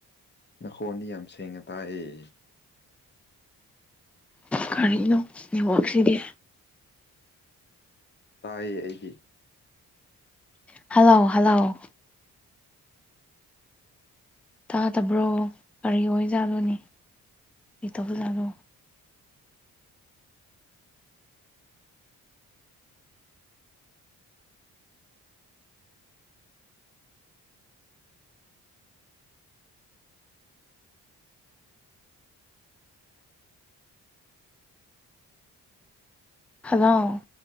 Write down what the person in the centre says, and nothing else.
ꯀꯔꯤꯅꯣ ꯅꯋꯥꯛꯁꯤꯗꯤ
ꯍꯜꯂꯣ ꯍꯜꯂꯣ ꯇꯥꯗꯕ꯭ꯔꯣ ꯀꯔꯤ ꯑꯣꯏꯖꯥꯠꯂꯣꯅꯦ ꯀꯔꯤ ꯇꯧꯕꯖꯥꯠꯂꯣ ꯍꯜꯂꯣ